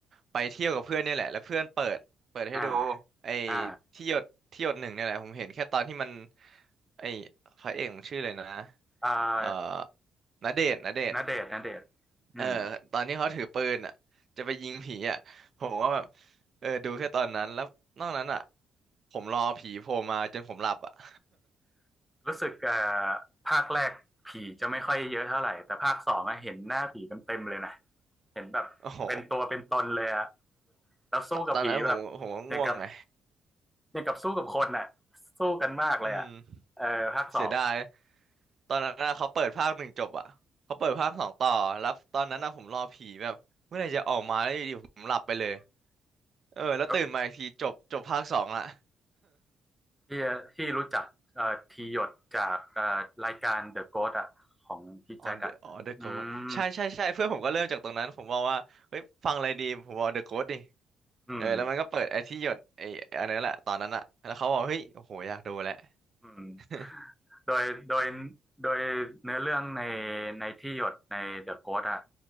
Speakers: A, on the right; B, in the centre.
A: ไปเที่ยวกับเพื่อนเนี่ยแหละแล้วเพื่อนเปิดเปิดให้ดู
B: อ่า
A: ไอ้
B: อ่า
A: ที่หยดที่หยดหนึ่งเนี่ยแหละผมเห็นแค่ตอนที่มันไอ้พระเอกมันชื่อเลยนะ
B: อ่า
A: เอ่อณเดชน์ณเดชน์
B: ณเดชน์ณเดชน์อืม
A: เออตอนที่เขาถือปืนอ่ะจะไปยิงผีอ่ะผมว่าแบบเออดูแค่ตอนนั้นแล้วนอกนั้นอ่ะผมรอผีโผล่มาจนผมหลับอ่ะ <laughs>
B: รู้สึกเอ่อภาคแรกผีจะไม่ค่อยเยอะเท่าไหร่ แต่ภาคสองอะเห็นหน้าผีเต็มเต็มเลยนะเห็นแบบเป็นตัวเป็นตนเลยอะ
A: โอ้โห
B: แล้วสู้กับผีแบบ
A: ตตอนนั้นผมผมก็ง่วงไง
B: อย่างกับอย่างกับสู้กับคนอะสู้กันมากเลยอะ
A: อืม
B: เออภาคสอง
A: เสียดายตอนนั้นน่ะเขาเปิดภาคหนึ่งจบอ่ะเขาเปิดภาคสองต่อ แล้วตอนนั้นน่ะผมรอผีแบบเมื่อไหร่จะออกมาแล้วอยู่ดีผมหลับไปเลย เออ แล้วตื่นมาอีกทีจบจบภาคสองละ
B: แล้วที่ที่รู้จักเอ่อทีหยดจากเอ่อรายการ The Ghost อะของพี่แจ็คอะอืม
A: อ๋อเดอะอ๋อเดอะโกสใช่ใช่ใช่เพื่อนผมก็เริ่มจากตรงนั้นผมบอกว่าเฮ้ยฟังอะไรดีผมบอกเดอะโกสดิ
B: อืม
A: เออแล้วมันก็เปิดไอ้ที่หยดไอ้อันนั้นแหละตอนนั้นอ่ะแล้วเขาบอกเฮ้ยโอ้โหอยากดูแหละ
B: อืม
A: <laughs>
B: โดยโดยโดยเนื้อเรื่องในในที่หยดในเดอะโก s t อ่ะ